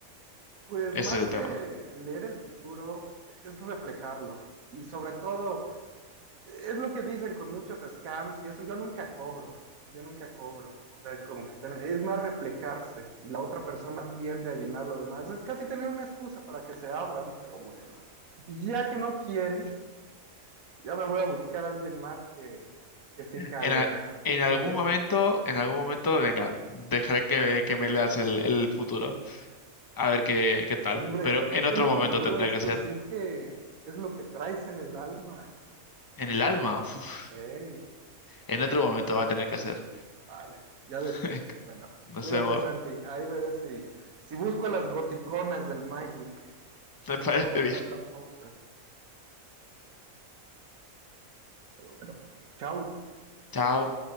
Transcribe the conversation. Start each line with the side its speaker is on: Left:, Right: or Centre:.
Right: Pues
Left: Ese
Right: más
Left: es el
Right: que
Left: tema.
Right: leer el futuro, es reflejarlo. Y sobre todo, es lo que dicen con muchos scams y eso, yo nunca cobro, yo nunca cobro. O sea, como que apenas- es más reflejarse y la otra persona tiende a llenar lo demás. Es casi tener una excusa para que se abran, pero bueno, ya que no quieres, ya me voy a buscar a alguien más que, que sí jale
Left: En, a-
Right: a
Left: en
Right: una
Left: algún
Right: lectura.
Left: momento, en algún momento, venga, dejaré que, que me leas el, el futuro. A ver qué, qué tal.
Right: Hombre,
Left: Pero
Right: que no
Left: en
Right: es
Left: otro
Right: el futuro,
Left: momento tendrá
Right: esto
Left: que ser.
Right: sí que es lo que traes en el alma.
Left: En el alma, uf,
Right: Ey.
Left: en otro momento va a tener que ser.
Right: Vale, ya
Left: <laughs>
Right: después. Bueno,
Left: No
Right: cuídate,
Left: sé, amor.
Right: Santi. Ahí veré si, si busco a las goticonas del Magic
Left: <laughs> Me
Right: y
Left: parece
Right: no
Left: bien.
Right: ser tan poser. Pero bueno, chao.
Left: Chao.